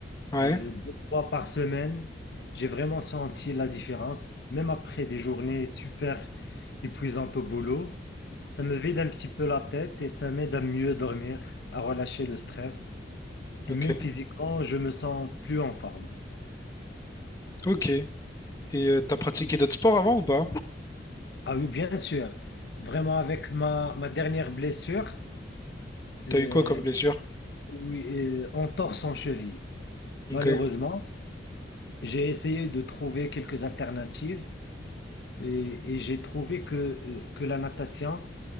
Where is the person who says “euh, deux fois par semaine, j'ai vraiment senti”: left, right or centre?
Left